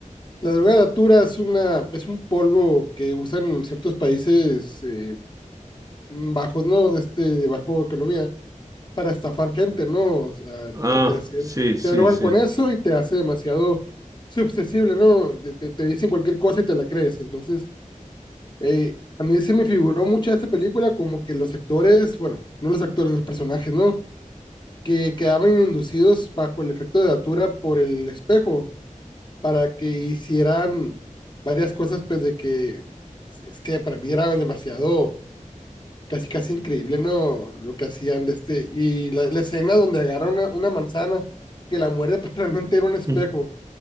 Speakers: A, on the left; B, on the right.
A: La droga datura es una, es un polvo que usan en ciertos países eh, bajos, ¿no? De este, de bajo economía, para estafar gente, ¿no? O sea,
B: Ah,
A: al parecer
B: sí, sí,
A: te drogan
B: sí.
A: con eso y te hace demasiado susceptible, ¿no? Te, te- te dicen cualquier cosa y te la crees. Entonces, eh, a mí se me figuró mucho esta película como que los actores, bueno, no los actores, los personajes, ¿no? Que quedaban inducidos bajo el efecto de datura por el espejo para que hicieran varias cosas, pues de que es que para mí era demasiado, casi casi increíble, ¿no? Lo que hacían de este, y la, la escena donde agarra una, una manzana que la muerde, <laughs> pues realmente era un espejo,
B: Mm.